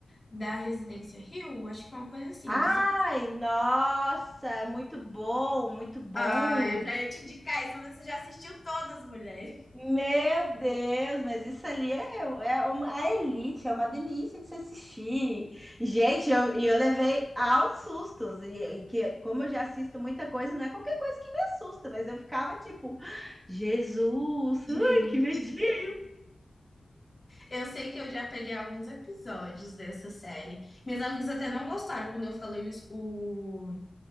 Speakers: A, on the left; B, on the right.
A: da Residência Hill, acho que é uma coisa assim.
B: Ai,
A: Dizem...
B: nossa, muito bom, muito bom.
A: Ah, eu já ia te indicar isso, mas você já assistiu todas, mulher.
B: Meu Deus, mas isso ali é, é uma, a elite, é uma delícia de se assistir. Gente, eu- e eu, levei aos sustos, e, e que, como eu já assisto muita coisa, não é qualquer coisa que me assusta, mas eu ficava tipo, Jesus,
A: Gente.
B: ai, que medinho.
A: Eu sei que eu já peguei alguns episódios dessa série. Minhas amigas até não gostaram quando eu falei o, es- o,